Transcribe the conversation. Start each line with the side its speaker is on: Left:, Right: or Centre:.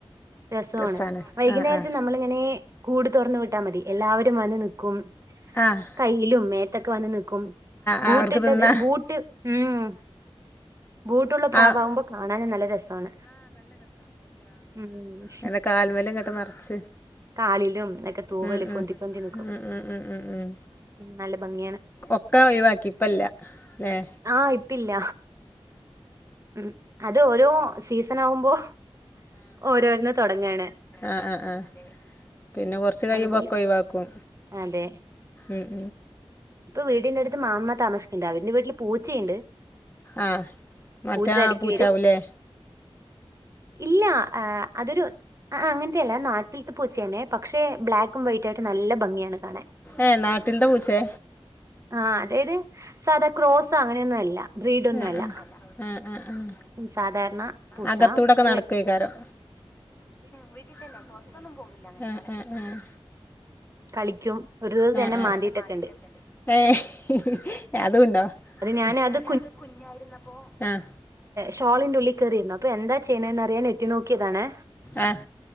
Right: രസവാണ്
Left: രസമാണ്
Right: വൈകുന്നേരത്തെ
Left: ആ ആ
Right: നമ്മളിങ്ങനെ കൂട് തുറന്ന് വിട്ടാ മതി എല്ലാവരും വന്ന് നിക്കും.
Left: ആഹ്.
Right: കയ്യിലും മേത്തൊക്കെ വന്ന് നിക്കും ബൂട്ടിട്ടത്
Left: ആ അവർക്ക് തിന്നാൻ
Right: ബൂട്ട് ഉം. ബൂട്ടുള്ള പ്രാവകുമ്പോ
Left: ആ ആ
Right: കാണാനും നല്ല രസമാണ് ഉം.
Left: അയിന്റെ കാൽമല് ങ്ങട്ട് നിറച്ച്.
Right: കാലിലും ഒക്കെ തൂവല്
Left: ഉം ഉം
Right: പൊന്തി
Left: ഉം
Right: പൊന്തി നിക്കും
Left: ഉം ഉം ഉം ഉം.
Right: നല്ല ഭംഗി.
Left: ഒക്കെ ഒഴിവാക്കി ഇപ്പല്ലല്ലേ.
Right: ആഹ് ഇപ്പില്ല ഉം അത് ഓരോ സീസൺ ആവുമ്പോ ഓരോരുന്ന് തൊടങ്ങണ്.
Left: ആഹ ആഹ ആ ഹപിന്നെ കൊർച്ച് കയുമ്പോ
Right: അതുപോലെ
Left: ഒക്ക ഒഴിവാക്കും.
Right: അതെ
Left: ഉം
Right: ഇപ്പൊ വീടിന്റെടുത്ത് മാമ്മ താമസിക്കണ്ട് അവരുന്റെ വീട്ടില് പൂച്ചയുണ്ട്.
Left: ആഹ മറ്റാ
Right: പൂച്ച എടക്ക്
Left: പൂച്ചാവു
Right: വരും
Left: ല്ലേ?
Right: ഇല്ല ആ അതൊരു അങ്ങനത്തെ അല്ല നാട്ടിലത്തേ പൂച്ചേന്നെ. പക്ഷെ ബ്ലാക്കും വൈറ്റ ആയിട്ട് നല്ല ഭംഗിയുണ്ട് കാണാൻ.
Left: ഏഹ് നാട്ടിൽത്തെ പൂച്ചേ.
Right: ആഹ് അതായത് സാധാ ക്രോസ് അങ്ങനെയൊന്നും അല്ല ബ്രീഡ് ഒന്നും
Left: ആഹ്
Right: അല്ല.
Left: ആഹ് ആഹ് ആഹ് ആഹ്
Right: ഉം, സാധാരണ പൂച്ച
Left: അകത്തൂടൊക്കെ
Right: പക്ഷെ
Left: നടക്കുഅയ്കാരം. വീട്ടിൽ തന്നെ പുറത്തൊന്നും പോവില്ല ഏഹ് ഏഹ് ഏഹ്
Right: കളിക്കും ഒരു ദിവസം
Left: വീട്ടിലെന്നെ
Right: എന്നെ മാന്തിട്ടൊക്കെണ്ട്.
Left: ഏഹ് അതുണ്ടോ
Right: അത് ഞാൻ
Left: ഞാനത്
Right: അത്
Left: കുഞ്ഞായിരുന്നപ്പോ ആഹ്.
Right: ഷോളിന്റെ ഉള്ളിൽ കയറിയിരുന്നു അപ്പൊ എന്താ ചെയ്യണന്ന് അറിയാൻ എത്തിനോക്കിയതാണേ.
Left: ആഹ്